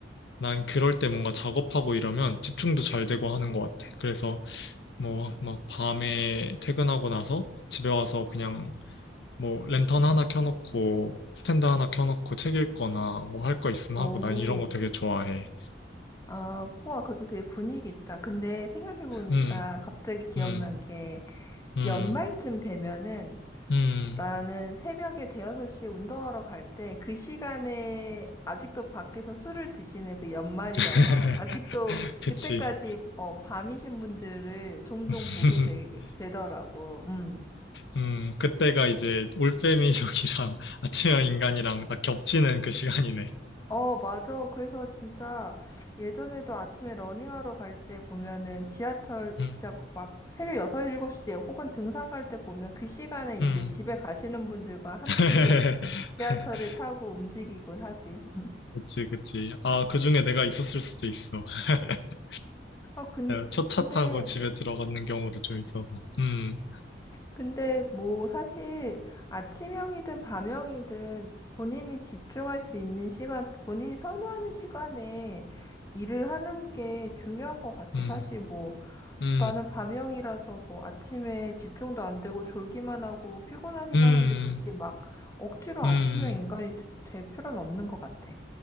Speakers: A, on the left; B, on the left.
A: 난 그럴 때 뭔가 작업하고 이러면 집중도 잘 되고 하는 것 같아. 그래서 뭐 막 밤에 퇴근하고 나서 집에 와서 그냥 뭐 랜턴 하나 켜놓고 스탠드 하나 켜놓고 책 읽거나 뭐 할 거 있으면
B: 오.
A: 하고 난 이런 거 되게 좋아해.
B: 아, 우와, 그것도 되게 분위기 있다. 근데 생각해보니까
A: 음,
B: 갑자기 기억난
A: 음,
B: 게
A: 음,
B: 연말쯤 되면은
A: 음.
B: 나는 새벽에 대여섯 시에 운동하러 갈 때 그 시간에 아직도 밖에서 술을 드시는 그 연말이라서
A: <laughs>
B: 아직도
A: 그치.
B: 그때까지 어, 밤이신 분들을 종종
A: <laughs>
B: 보게 되, 되더라고. 음.
A: 음, 그때가 이제 올빼미족이랑 <laughs> 아침형 인간이랑 딱 겹치는 그 시간이네.
B: 어, 맞아. 그래서 진짜 예전에도 아침에 러닝하러 갈 때 보면은 지하철
A: 음,
B: 진짜 막 새벽 여섯 일곱 시에 혹은 등산 갈 때 보면 그 시간에 이제
A: 음.
B: 집에 가시는 분들과 함께
A: <laughs>
B: 지하철을 타고 움직이곤 하지.
A: 그치, 그치. 아, 그 중에 내가 있었을 수도 있어. <laughs>
B: 아, 근-
A: 첫 차
B: 근데
A: 타고 집에 들어가는 경우도 좀 있어서. 음,
B: 근데 뭐 사실 아침형이든 밤형이든 본인이 집중할 수 있는 시간, 본인이 선호하는 시간에 일을 하는 게 중요한 것 같아.
A: 음,
B: 사실 뭐
A: 음,
B: 나는 밤형이라서 뭐 아침에 집중도 안 되고 졸기만 하고 피곤하기만
A: 음,
B: 한데 굳이 막 억지로
A: 음.
B: 아침형 인간이 되- 될 필요는 없는 것 같아.